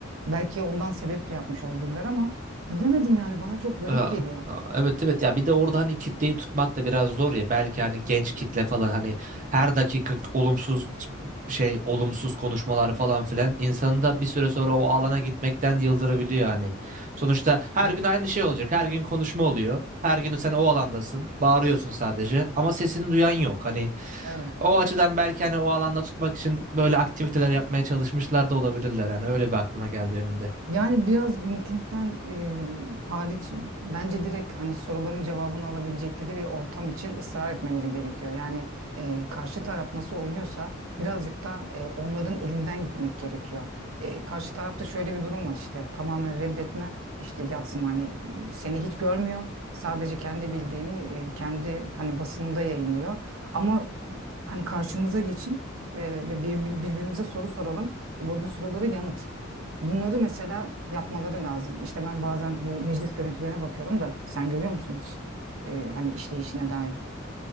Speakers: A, on the right; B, on the right.
A: belki ondan sebep de yapmış olabilirler ama bilemedim yani bana çok garip
B: ya,
A: geliyor.
B: evet evet ya bir de orada hani kitleyi tutmak da biraz zor ya belki hani genç kitle falan hani her dakika olumsuz şey olumsuz konuşmalar falan filan insanı da bir süre sonra o alana gitmekten yıldırabiliyor hani. Sonuçta her
A: Evet.
B: gün aynı şey olacak her gün konuşma oluyor her gün sen o alandasın bağırıyorsun sadece ama sesini duyan yok hani
A: Evet.
B: O açıdan belki hani o alanda tutmak için böyle aktiviteler yapmaya çalışmışlar da olabilirler. Yani öyle bir aklıma geldi benim de.
A: Yani biraz mitingden e, hariç bence direkt hani soruların cevabını alabilecekleri bir ortam için ısrar etmeleri gerekiyor. Yani e, karşı taraf nasıl oynuyorsa birazcık da e, onların elinden gitmek gerekiyor. E, karşı tarafta şöyle bir durum var işte tamamen reddetme işte yatsın hani e, seni hiç görmüyor. Sadece kendi bildiğini e, kendi hani basınında yayınlıyor. Ama e, hani karşımıza geçin e, ve bir- bir- birbirimize soru soralım. E, bu bu sorulara yanıt. Bunları mesela yapmaları lazım. İşte ben bazen bu meclis görüntülerine bakıyorum da sen görüyor musun hiç? Ee, hani işleyişine dair.